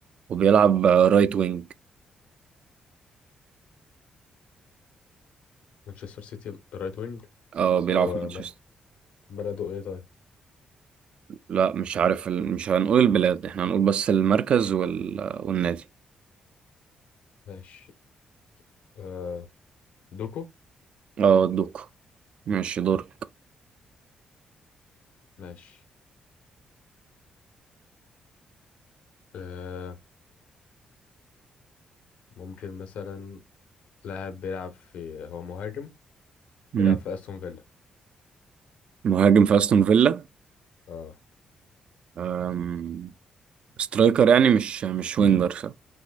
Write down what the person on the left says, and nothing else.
مانشستر سيتي رايت وينج
وهو
م- بلده ايه طيب
ماشي آه دوكو
ماشي آه ممكن مثلا لاعب بيلعب في هو مهاجم
بيلعب في استون فيلا
اه